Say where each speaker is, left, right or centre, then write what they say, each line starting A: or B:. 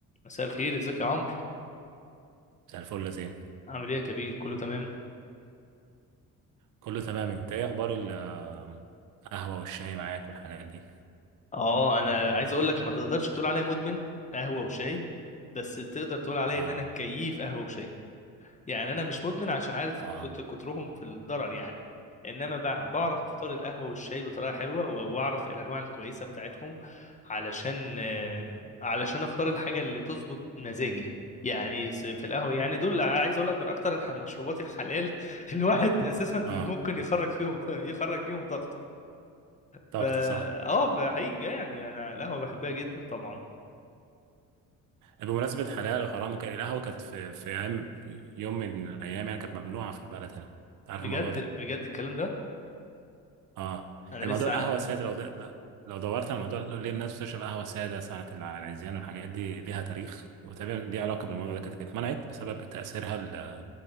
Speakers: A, on the left; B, on the right.
A: مساء الخير ازيك يا عمرو
B: زي الفل يا زين
A: عامل ايه يا كبير كله تمام
B: كله تمام انت ايه اخبار القهوة والشاي معاك والحاجات دي
A: اه انا عايز اقول لك ما تقدرش تقول عليا مدمن قهوه وشاي بس تقدر تقول عليا
B: اه
A: ان انا كيف قهوه وشاي يعني انا مش مدمن عشان عارف
B: اه
A: كنت كترهم في الضرر يعني انما بع- بعرف اختار القهوه والشاي بطريقه حلوه و- واعرف الانواع الكويسه بتاعتهم علشان آه، علشان اختار الحاجه اللي تظبط مزاجي يعني س- في القهوه يعني دول عايز اقول لك من اكتر الح- المشروبات الحلال <laughs> الواحد اساسا بي-
B: اه
A: ممكن يخرج فيهم يخرج فيهم طاقته
B: طاقت
A: فا
B: صح
A: اه فحقيقي يعني انا القهوه بحبها جدا طبعا
B: بمناسبة حلال وحرام كان القهوة كانت في في ايام يوم من ايام يعني كانت ممنوعة في البلد هنا انت عارف
A: بجد
B: الموضوع ده
A: بجد الكلام ده
B: اه
A: انا
B: الموضوع
A: لسه
B: القهوة سادة لو د- لو دورت على الموضوع ليه الناس بتشرب قهوة سادة ساعة العريزيان والحاجات دي ليها تاريخ وتقريبا ليها علاقة بالموضوع ده كانت اتمنعت بسبب تأثيرها ال-